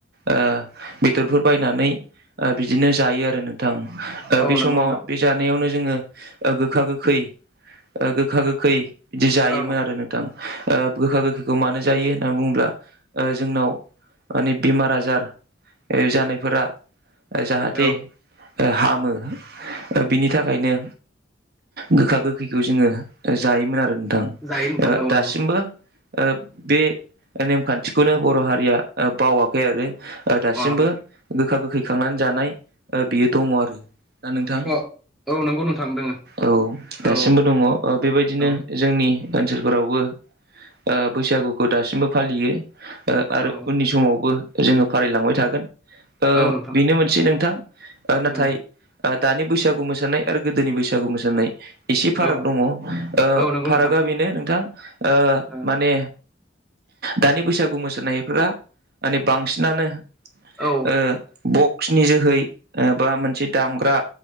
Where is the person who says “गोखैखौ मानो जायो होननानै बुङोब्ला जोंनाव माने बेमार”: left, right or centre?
Right